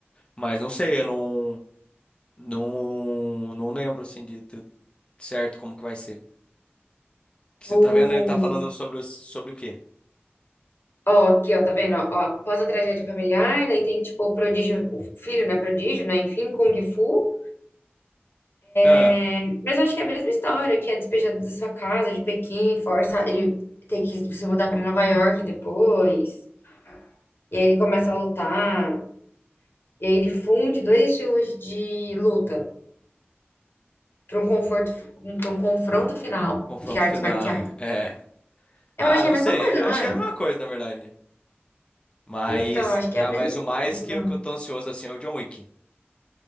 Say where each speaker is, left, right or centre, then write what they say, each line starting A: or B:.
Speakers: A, on the left (about 25°); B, on the left (about 60°).
A: Mas não sei, eu não, não, não lembro, assim, de, de- certo como que vai ser. Que
B: O...
A: você tá vendo, ele tá falando sobre, os- sobre o quê?
B: Ó, aqui, ó, tá vendo? Ó, ó, após a tragédia familiar, daí tem, tipo, o prodígio, o filho, né, prodígio, né, enfim, Kung Fu.
A: Ah,
B: É, Mas eu acho que é a mesma história, que é despejado da sua casa, de Pequim, força ele tem que se mudar pra Nova York depois, e aí ele começa a lutar. E aí ele funde dois estilos de luta para um conforto, para um confronto final
A: confronto
B: de artes
A: final.
B: marciais.
A: É.
B: Eu
A: Ah,
B: acho que
A: não
B: é a mesma
A: sei.
B: coisa,
A: Acho
B: não é?
A: que é a mesma coisa, na verdade. Mas,
B: Então, acho que
A: ah,
B: é a mesma
A: mas
B: coisa
A: o mais
B: no final.
A: que, eu- que eu tô ansioso assim é o John Wick.